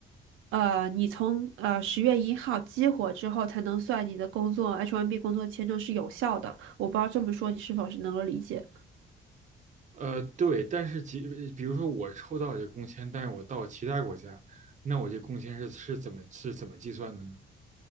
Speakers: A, on the right (about 85°); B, on the right (about 35°).
A: 呃，你从呃十月一号激活之后，才能算你的工作 H1B 工作签证是有效的。我不知道这么说你是否是能够理解。
B: 呃，对，但是其比如说我抽到这工签，但是我到其他国家，那我这工签是是怎么是怎么计算的呢？